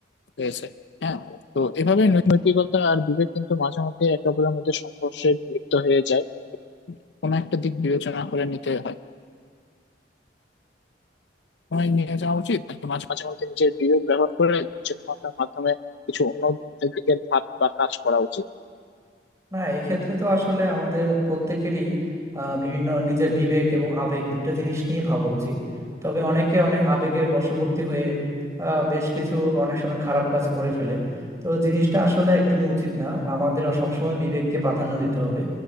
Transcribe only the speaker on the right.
না এক্ষেত্রে তো আসলে আমাদের প্রত্যেকেরই আহ, বিভিন্ন নিজের বিবেক এবং আবেগ দুইটা জিনিস নিয়ে ভাবা উচিত তবে অনেকে অনেক আবেগের বশবর্তী হয়ে আহ, বেশ কিছু অনেক সময় খারাপ কাজ করে ফেলে তো জিনিসটা আসলে একদমই উচিত না আমাদের সবসময় বিবেককে প্রাধান্য দিতে হবে